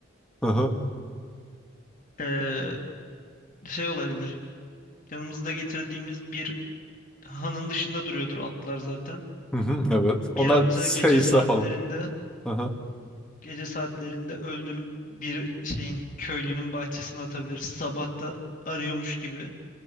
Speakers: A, in the centre; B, on the left (about 45°).
A: Hı hı.
B: eee, şey olabilir. Yanımızda getirdiğimiz bir Han'ın dışında duruyordur atlar zaten.
A: Hı hı, evet. Onlar
B: Bir atı
A: seyse
B: gece saatlerinde
A: falan. Hı hı,
B: gece saatlerinde öldürüp bir şeyin köylünün bahçesine atabiliriz. Sabah da arıyormuş gibi